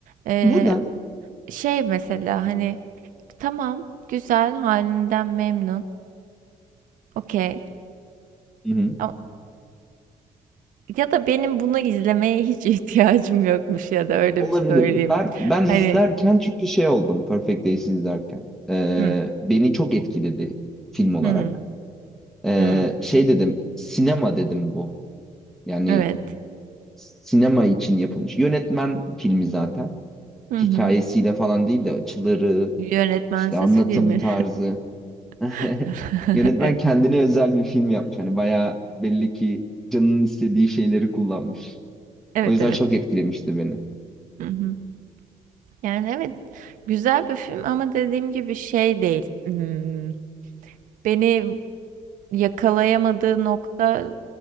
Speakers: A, on the right; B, in the centre.
A: E,
B: Neden?
A: şey mesela hani tamam güzel halinden memnun okey
B: Hı hı.
A: A- ya da benim bunu izlemeye hiç <laughs> ihtiyacım yokmuş ya da öyle
B: Olabilir.
A: bir söyleyeyim
B: Ben ben
A: hani
B: izlerken çünkü şey oldum Perfect Days izlerken. Ee,
A: hı
B: beni çok etkiledi film olarak.
A: hı
B: Ee,
A: hı
B: şey dedim, sinema dedim bu. Yani
A: evet
B: sinema için yapılmış. Yönetmen filmi zaten.
A: hı hı
B: Hikayesiyle falan değil de açıları,
A: yönetmensiz
B: işte anlatım
A: filmi
B: tarzı. <laughs>
A: <laughs>
B: Yönetmen kendine özel bir film yapmış. Hani bayağı belli ki canının istediği şeyleri kullanmış.
A: evet
B: O yüzden
A: evet
B: çok etkilemişti beni.
A: hı hı. Yani evet güzel bir film ama dediğim gibi şey değil Hmm, beni yakalayamadığı nokta